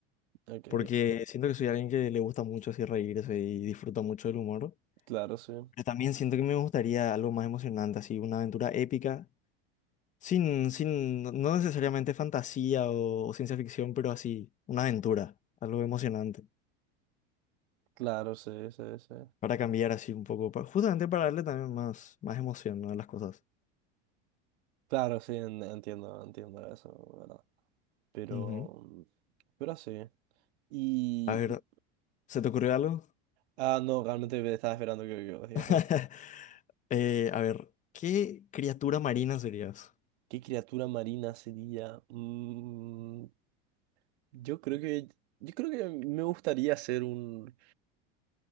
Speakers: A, on the right (about 90°); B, on the left (about 25°).
A: Ok,
B: porque siento que soy alguien que le gusta mucho así reírse y disfruta mucho del humor.
A: claro, sí.
B: Pero también siento que me gustaría algo más emocionante, así una aventura épica, sin, sin, no no necesariamente fantasía o, ciencia ficción, pero así, una aventura, algo emocionante,
A: Claro, sí, sí, sí.
B: para cambiar así un poco, pa- justamente para darle también más, más emoción, ¿no? a las cosas.
A: Claro, sí, en- entiendo, entiendo eso, ¿verdad? Pero,
B: Ujú.
A: pero así. Y,
B: A ver,
A: y-
B: ¿se te ocurrió algo?
A: ah, no, realmente me estaba esperando que, que vos digas,
B: <laughs>
A: ¿no?
B: Eh, a ver, ¿qué criatura marina serías?
A: ¿Qué criatura marina sería? Mm, yo creo que, yo creo que me gustaría ser un